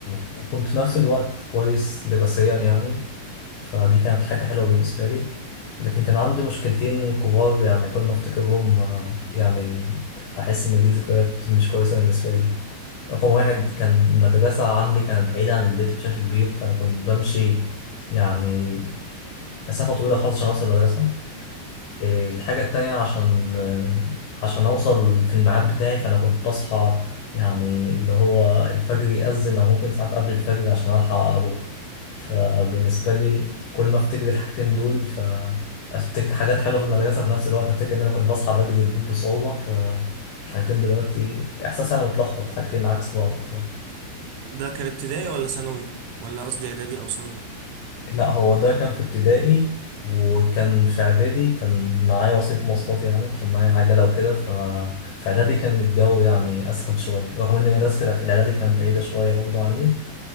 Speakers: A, on the left; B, on the right.
A: وكنت في نفس الوقت كويس دراسيا يعني فدي كانت حاجة حلوة بالنسبة لي لكن كان عندي مشكلتين كبار يعني كل ما أفتكرهم آه، يعني بحس إن دي ذكريات مش كويسة بالنسبة لي رقم واحد كان المدرسة عندي كانت بعيدة عن البيت بشكل كبير فأنا كنت بمشي يعني مسافة طويلة خالص عشان أوصل المدرسة إيه، الحاجة التانية عشان آه، عشان أوصل في الميعاد بتاعي فأنا كنت بصحى يعني اللي هو الفجر يأذن أو ممكن ساعات قبل الفجر عشان ألحق أروح فبالنسبة لي كل ما أفتكر الحاجتين دول فأفتكر حاجات حلوة في المدرسة في نفس الوقت أفتكر إن أنا كنت بصحى بدري بصعوبة فالحاجتين دلوقتي إحساسي أنا متلخبط حاجتين عكس بعض طبعا
B: ده كان ابتدائي ولا ثانوي ولا قصدي اعدادي او ثانوي
A: لا هو ده كان في ابتدائي وكان في اعدادي كان معايا وسيط مواصلات يعني كان معايا عجله وكده ففي اعدادي كان الجو يعني اسهل شويه رغم ان المدرسه اللي في الاعدادي كانت بعيده شويه برضو عني